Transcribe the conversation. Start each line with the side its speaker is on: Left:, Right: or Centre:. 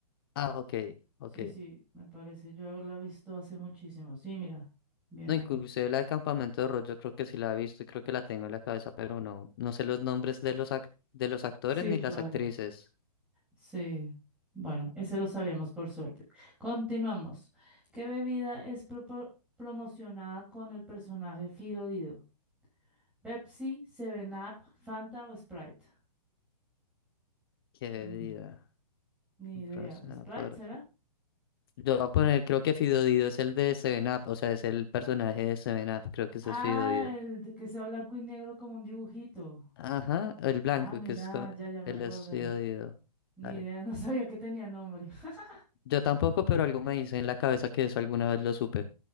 Left: Ah, ok, ok.
Centre: Sí, sí, me parece yo haberla visto hace muchísimo. Sí, mira, bien
Left: No,
Centre: ahí.
Left: inclusive la de Campamento de Rock, yo creo que sí la he visto y creo que la tengo en la cabeza, pero no, no sé los nombres de los ac- de los actores
Centre: Sí,
Left: ni
Centre: claro,
Left: las actrices.
Centre: sí. Bueno, ese lo sabíamos por suerte. Continuamos. ¿Qué bebida es propo- promocionada con el personaje Fido Dido? ¿Pepsi, Seven Up, Fanta o Sprite?
Left: Qué bebida.
Centre: Mm, ni
Left: Bros,
Centre: idea.
Left: ah,
Centre: ¿Sprite
Left: por-
Centre: será?
Left: Yo voy a poner, creo que Fidodido es el de Seven Up, o sea, es el personaje de Seven Up, creo que
Centre: Ah,
Left: ese es Fidodido.
Centre: el de que sea blanco y negro como un dibujito.
Left: Ajá, el blanco,
Centre: Ah, mira,
Left: que es co-
Centre: ya, ya me
Left: él
Centre: acordé.
Left: es Fidodido.
Centre: Ni
Left: Dale.
Centre: idea, <laughs> no sabía que tenía nombre. <laughs>
Left: Yo tampoco, pero algo me dice en la cabeza que eso alguna vez lo supe.